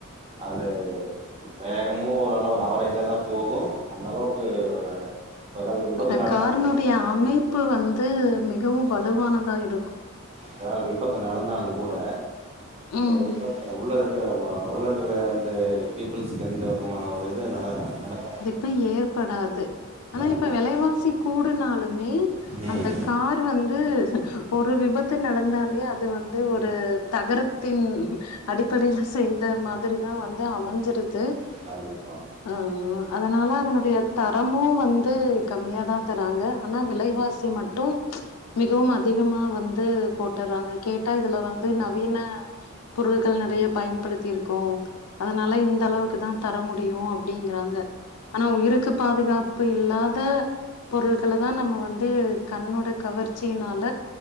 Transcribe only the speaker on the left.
அந்த
காரினுடைய
அமைப்பு வந்து மிகவு வலுவானதா இருக்
ம்.
பு ஏற்படாது ஆனா இப்ப
வெலைவாசி கூடுனாலுமே
அந்த கார் வந்து ஒரு விபத்து நடந்தாலே அது வந்து ஒரு தகரத்தின் அடிப்படையில செய்த மாதிரி தா வந்து அமைஞ்சிருது
ஆம்மா அதனால அதனுடைய தரமு வந்து கம்மியாதா தராங்க ஆனா விலைவாசி மட்டு மிகவும் அதிகமா வந்து போட்டுறாங்க கேட்டா இதுல வந்து நவீன பொருள்கள் நறைய பயன்படுத்திருக்கோ அதனால இந்த அளவுக்கு தா தர முடியு அப் டீங்கறாங்க ஆனா உயிருக்கு பாதுகாப்பு இல்லாத பொருள்கள தா நம்ம வந்து கண்ணோட கவர்ச்சினால